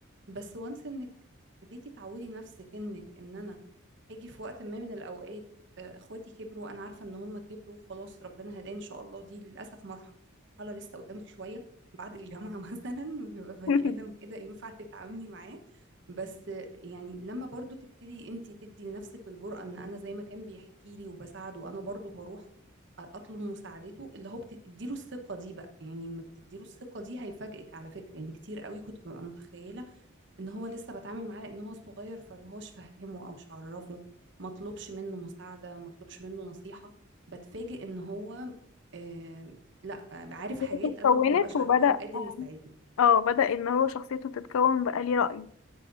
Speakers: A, on the right; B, on the left.
A: بس وانس انك ابتديتي تعودي نفسك انك ان انا هاجي في وقت ما من الاوقات آه، اخواتي كبروا انا عارفه ان هم كبروا خلاص ربنا هداه ان شاء الله دي للاسف مرحله لسه قدامك شويه بعد الجامعه <laughs> مثلا بيبقى بني
B: <laughs>
A: ادم كده ينفع تتعاملي معاه بس آه، يعني لما برضو تبتدي انت تدي لنفسك الجرأة ان انا زي ما كان بيحكي لي وبساعده انا برضو هروح اطلب مساعدته اللي هو بتديله الثقة دي بقى يعني لما بتديله الثقة دي هيفاجئك على فكرة يعني كتير قوي كنت ببقى متخيلة ان هو لسه بتعامل معاه لان هو صغير فاللي هوش فهمه او مش عرفه ما طلبش منه مساعده ما طلبش منه نصيحه بتفاجئ ان هو آم، لا عارف
B: شخصيته
A: حاجات
B: اتكونت
A: انا ممكن مبقاش
B: وبدأ
A: عارفاها وقادر يساعدني
B: اه بدأ ان هو شخصيته تتكون بقى ليه رأي